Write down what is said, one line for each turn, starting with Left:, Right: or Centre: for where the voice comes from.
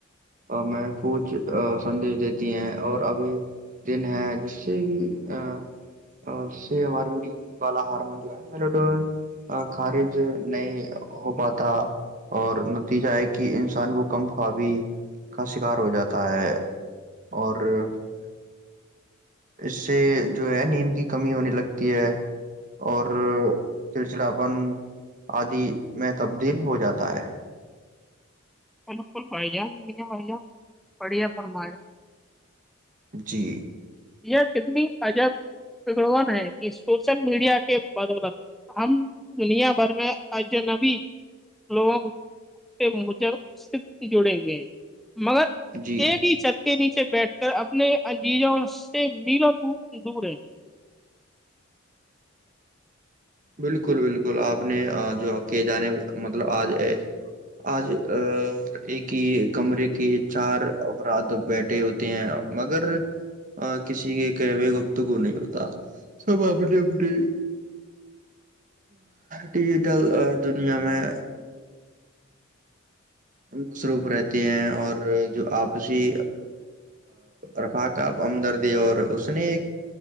Right: محفوظ سندیش دیتی ہیں اور ابھی دن ہے جس سے کہ جس سے ہماری والا ہارمون جو ہے خارج نہیں ہو پاتا اور نتیجہ ہے کہ انسان کو کم خوابی کا شکار ہو جاتا ہے اور پرھر اس سے جو ہے نیند کی کمی ہونے لگتی ہے اور چڑچڑاپن آدی میں تبدیل ہو جاتا ہے
Centre: بالکل بھ جان نہیں ہے بھائی جان بڑھیا فرمائے
Right: جی
Centre: یہ کتنی عجب بگڑ ہے کہ سوشل میڈیا کے بدولت ہم دنیا بھر میں اجنبی لوگوں سے مج جڑیں ہوئے مگر
Right: جی
Centre: ایک ہی چت کے نیچے بیٹھ کر اپنے انجیزوں میلا دور ہے
Right: بالکل بالکل آپ نے جو کہ جانے مطلب آج آج ایک ہی کمرے کے چار افراد بیٹھے ہوتے ہیں مگر کسی کے کہوے گفتگو نہیں ہوتا سب آپ نے اپنے ڈیجیٹل دنیا میں مصروف رہتے ہیں اور جو آپسی رفاق آ ہمدردی اور اس نے ایک